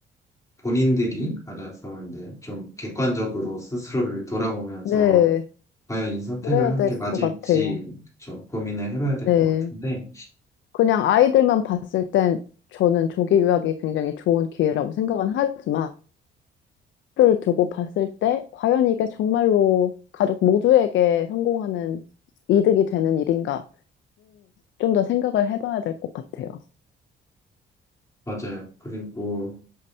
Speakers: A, on the left; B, on the left.
A: 본인들이 알아서 이제 좀 객관적으로 스스로를 돌아보면서
B: 네.
A: 과연 이 선택을
B: 그래야
A: 하는
B: 될
A: 게 맞을지
B: 것 같아요.
A: 그쵸, 고민을 해봐야 될
B: 네.
A: 것 같은데
B: 그냥 아이들만 봤을 땐 저는 조기 유학이 굉장히 좋은 기회라고 생각은 하지만, 를 두고 봤을 때 과연 이게 정말로 가족 모두에게 성공하는 이득이 되는 일인가는 좀 더 생각을 해봐야 될 것 같아요.
A: 맞아요. 그리고